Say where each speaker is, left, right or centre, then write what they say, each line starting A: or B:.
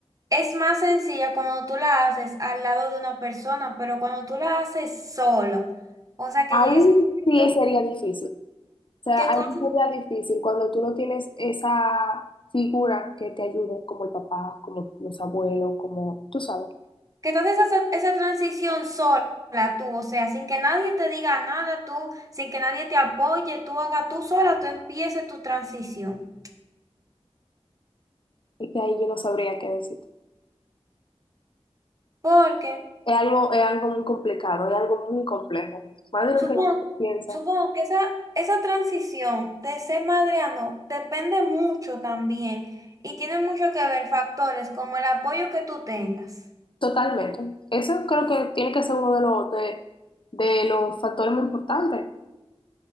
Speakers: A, on the right; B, on the left.
A: es más sencilla cuando tú la haces al lado de una persona, pero cuando tú la haces sola, o sea, que
B: ahí
A: llegue ese momento
B: sí sería difícil. O sea,
A: que
B: ahí
A: tú,
B: sí sería difícil cuando tú no tienes esa figura que te ayude, como el papá, como los abuelos, como tú sabes.
A: que tú haces esa, esa transición sola, tú, o sea, sin que nadie te diga nada, tú, sin que nadie te apoye, tú hagas tú sola, tú empieces tu transición.
B: Y que ahí yo no sabría qué decirte.
A: Porque
B: Es algo, es algo muy complicado, es algo muy complejo, más de lo
A: Supongo,
B: que la gente piensa.
A: supongo que esa, esa transición de ser madre a no depende mucho también y tiene mucho que ver factores como el apoyo que tú tengas.
B: Totalmente. Eso creo que tiene que ser uno de los, de, de los factores muy importantes.